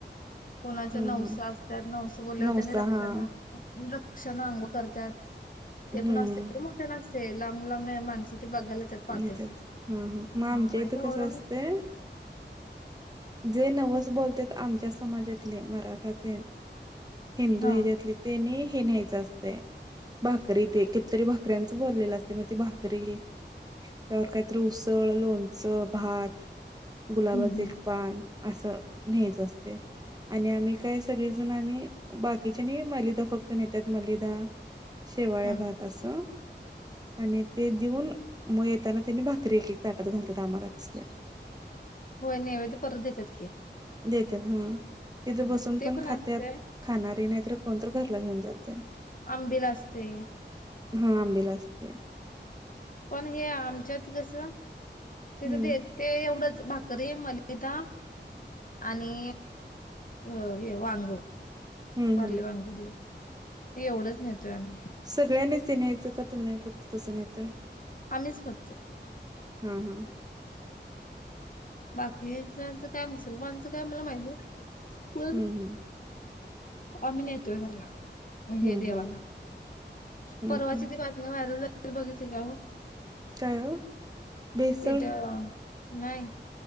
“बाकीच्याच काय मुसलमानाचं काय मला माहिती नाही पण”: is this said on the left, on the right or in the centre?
Left